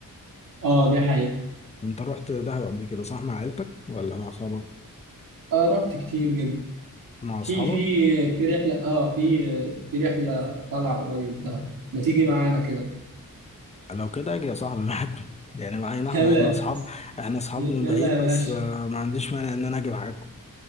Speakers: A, on the right; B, on the left.
A: آه دي حقيقة
B: انت رحت دهب قبل كده صح مع عيلتك ولا مع اصحابك
A: آه رحت كتير جدا
B: مع اصحابك
A: في في في رحلة آه في في رحلة طالعة قريب دهب ما تيجي معانا كده
B: لو كده اجي يا صاحبي معاك <laughs> يعني معانا
A: يلا
B: احنا احنا اصحاب احنا اصحاب
A: يلا
B: من بعيد
A: يا
B: بس
A: باشا
B: آه، ما عنديش مانع ان انا اجي معاكم